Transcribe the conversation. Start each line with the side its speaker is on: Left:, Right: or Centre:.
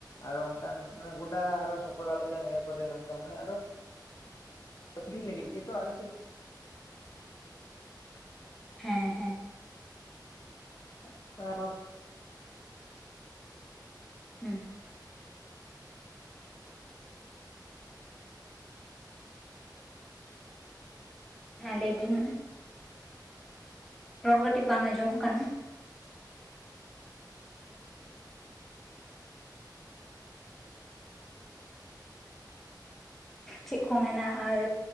Left: ᱟᱨᱚ ᱚᱱᱠᱟᱱ ᱢᱟᱱᱮ ᱜᱚᱰ <unintelligible> ᱥᱚᱠᱲᱟ ᱞᱮᱠᱟᱱ ᱠᱚᱨᱮ ᱚᱱᱠᱟ ᱢᱟᱱᱮ ᱟᱫᱚ ᱟᱹᱠᱷᱨᱤᱧ ᱞᱟᱹᱜᱤᱫ ᱠᱤᱱᱛᱩ ᱟᱞᱮ ᱥᱮᱫ
Centre: ᱦᱮᱸ ᱦᱮᱸ
Left: <unintelligible> <inaudible>
Centre: ᱩᱸ ᱦᱮᱸ ᱞᱟᱹᱭ ᱵᱤᱱ ᱢᱟ ᱨᱚᱲ ᱠᱟᱹᱴᱤᱡ ᱵᱟᱝ ᱟᱸᱡᱚᱢᱚᱜ ᱠᱟᱱᱟ ᱪᱮᱫ ᱠᱚ ᱢᱮᱱᱟ ᱟᱨ